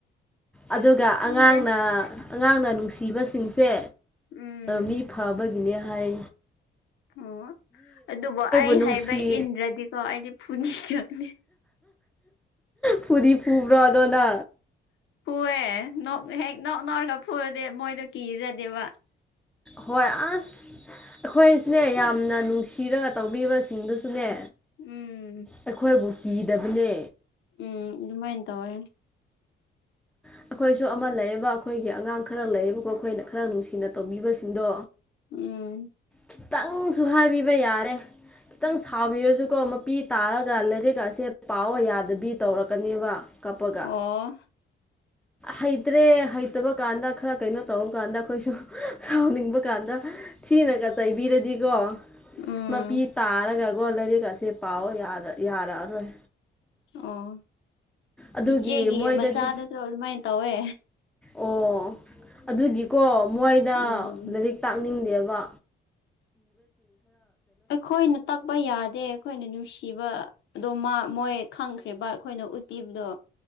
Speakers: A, in the centre; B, on the left.
A: ꯑꯗꯨꯒ
B: ꯈꯪꯗꯦ
A: ꯑꯉꯥꯡꯅ ꯑꯉꯥꯡꯅ ꯅꯨꯡꯁꯤꯕꯁꯤꯡꯁꯦ
B: ꯎꯝ
A: ꯃꯤ ꯐꯕꯒꯤ ꯏꯅꯦꯍꯥꯏ
B: ꯑꯣ ꯑꯗꯨꯕꯨ ꯑꯩ
A: ꯅꯨꯡꯁꯤ
B: ꯍꯥꯏꯕ ꯏꯟꯗ꯭ꯔꯗꯤꯀꯣ ꯑꯩꯗꯤ ꯐꯨꯅꯤꯔꯛꯅꯤ
A: ꯐꯨꯗꯤ ꯄꯨꯨꯕ꯭ꯔꯣꯗꯣꯅ
B: ꯍꯑꯦ ꯅꯣꯛ ꯍꯦꯛ ꯅꯣꯛ ꯅꯧꯔꯒ ꯐꯨꯔꯗꯤꯦ ꯃꯣꯏꯗꯣ ꯀꯤꯖꯗꯦꯕ
A: ꯍꯣꯏ ꯑꯁ ꯑꯩꯈꯣꯏꯁꯤꯅꯦ ꯌꯥꯝꯅ ꯅꯨꯡꯁꯤꯔꯒ ꯇꯧꯕꯤꯕꯁꯤꯡꯗꯨꯁꯨꯅꯦ
B: ꯎꯝ
A: ꯑꯩꯈꯣꯏꯕꯨ ꯀꯤꯗꯕꯅꯦ
B: ꯎꯝ ꯑꯗꯨꯃꯥꯏꯅ ꯇꯧꯋ
A: ꯑꯩꯈꯣꯏꯁꯨ ꯑꯃ ꯂꯩꯌꯦꯕ ꯑꯩꯈꯣꯏꯒꯤ ꯑꯉꯥꯡ ꯈꯔ ꯂꯩꯌꯦꯕꯀꯣ ꯑꯩꯈꯣꯏꯅ ꯈꯔ ꯅꯨꯡꯁꯤꯅ ꯇꯧꯕꯤꯕꯁꯤꯡꯗꯣ
B: ꯎꯝ
A: ꯈꯤꯇꯪꯁꯨ ꯍꯥꯏꯕꯤꯕ ꯌꯥꯔꯦ ꯈꯤꯇꯪ ꯁꯥꯎꯕꯤꯔꯁꯨꯀꯣ ꯃꯄꯤ ꯇꯥꯔꯒ ꯂꯥꯏꯔꯤꯛ ꯑꯁꯦ ꯄꯥꯎ ꯌꯥꯗꯕꯤ ꯇꯧꯔꯛꯀꯅꯦꯕ ꯀꯞꯄꯒ
B: ꯑꯣ
A: ꯍꯩꯇ꯭ꯔꯦ ꯍꯩꯇꯕ ꯀꯥꯟꯗ ꯈꯔ ꯀꯩꯅꯣ ꯇꯧꯔ ꯀꯥꯟꯗ ꯑꯩꯈꯣꯏꯁꯨ ꯁꯥꯎꯅꯤꯡꯕ ꯀꯥꯟꯗ ꯊꯤꯅꯒ ꯇꯩꯕꯤꯔꯗꯤꯀꯣ
B: ꯎꯝ
A: ꯃꯄꯤ ꯇꯥꯔꯒ ꯒꯣꯜꯗꯗꯤꯒꯁꯤ ꯄꯥꯎꯑꯣ ꯌꯥꯔꯛꯑꯔꯣꯏ
B: ꯑꯣ
A: ꯑꯗꯨꯒꯤ
B: ꯏꯆꯦꯒꯤ
A: ꯃꯣꯏꯗꯗꯤ
B: ꯃꯆꯥꯗꯁꯨ ꯑꯗꯨꯃꯥꯏꯅ ꯇꯧꯋꯦ
A: ꯑꯣ ꯑꯗꯨꯒꯤꯀꯣ ꯃꯣꯏꯗ
B: ꯎꯝ
A: ꯂꯥꯏꯔꯤꯛ ꯇꯥꯛ ꯀꯥꯛꯅꯤꯡꯗꯦꯕ
B: ꯑꯩꯈꯣꯏꯅ ꯇꯛꯄ ꯌꯥꯗꯦ ꯑꯩꯈꯣꯏꯅ ꯅꯨꯡꯁꯤꯕ ꯑꯗꯣ ꯃꯣꯏ ꯈꯪꯈ꯭ꯔꯤꯕ ꯑꯩꯈꯣꯏꯅ ꯎꯠꯄꯤꯕꯗꯣ